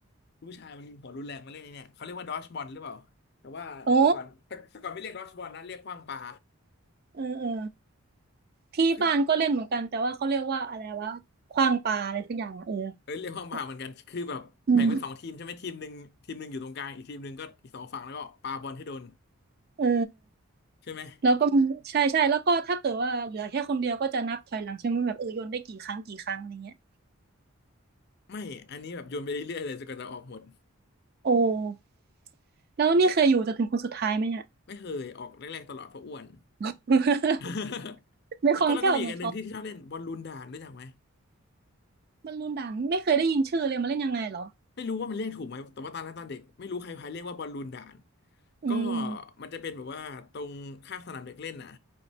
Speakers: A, on the left (about 50°); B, on the right (about 45°).
A: ผู้ชายมันหัวรุนแรงมาเล่นไอ้เนี่ยเขาเรียกว่าดอชบอลหรือเปล่าแต่ว่าแต่ก่อนแต่แต่ก่อนไม่เรียกดอชบอลนะเรียกขว้างปลา
B: โอ้เออเออ ที่บ้านก็เล่นเหมือนกันแต่ว่าเขาเรียกว่าอะไรวะขว้างปลาอะไรสักอย่างอะเออ
A: คือเออเรียกขว้างปลาเหมือนกันคือแบบแบ่งเป็นสองทีมใช่ไหมทีมหนึ่งทีมหนึ่งอยู่ตรงกลางอีกทีมหนึ่งก็อีกสองฝั่งแล้วก็ปาบอลให้โดน
B: แบบอืมเออ
A: ใช่ไหม
B: แล้วก็ใช่ใช่แล้วก็ถ้าเกิดว่าเหลือแค่คนเดียวก็จะนับถอยหลังใช่ไหมแบบเออโยนได้กี่ครั้งกี่ครั้งอะไรเงี้ย
A: ไม่อันนี้แบบโยนไปเรื่อยๆเลยจนกว่าจะออกหมด
B: โอ้แล้วนี่เคยอยู่จนถึงคนสุดท้ายไหมเนี่ย
A: ไม่เคยออกแรกๆตลอดเพราะอ้วน
B: <laughs>
A: <laughs>
B: ไม่ <laughs>
A: แล้วก็แล้วก็มีอีกอันหนึ่งที่ที่ชอบเล่นบอลลูนด่านรู้จักไหม
B: คล่องแคล่วเหมือนเขาบอลลูนด่างไม่เคยได้ยินชื่อเลยมาเล่นยังไงเหรอ
A: ไม่รู้ว่ามันเรียกถูกไหมแต่ว่าตอนนั้นตอนเด็กไม่รู้ใครพาเรียกว่าบอลลูนด่าน
B: อืมอม
A: ก็มันจะเป็นแบบว่าตรงข้างสนามเด็กเล่นน่ะ